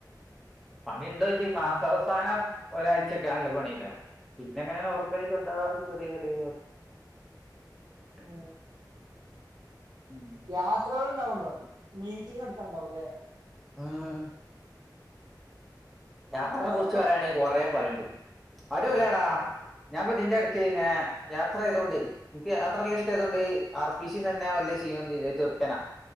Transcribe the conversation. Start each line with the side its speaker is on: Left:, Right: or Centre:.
Centre: പണി ഉണ്ടോ ചോച്ച ഈ മാസാവസാനം ഒരാഴ്ചൊക്കെ നല്ല പണി കിട്ടാരുന്നു പിന്നെങ്ങനെ നോർമ്മലി ചെർതാ റി റി. <unintelligible>
Right: ഉം
Centre: ഉം
Right: യാത്രകള്ണ്ടാവുണ്ടോ മീറ്റിങ്ങട്ത്താണ്ടാവു ലേ?
Centre: ആഹ് യാത്രനെ
Right: രസണ്ടോ
Centre: കുറിച്ച് പറരണ്ട കൊറെ പറയണ്ട് അടിയോളിയാ
Right: ആഹ്
Centre: ടാ ഞാപ്പതീന്റെട്ക്ക് ങ്ങനെ യാത്രയ്തോണ്ടെ. എനിക്ക് അത്രല്ല ഇഷ്ടതുകൊണ്ട് ആർ പി സി തന്നെയ വല്ല്യ സീനൊന്നുല്ല ചെറുക്കനാ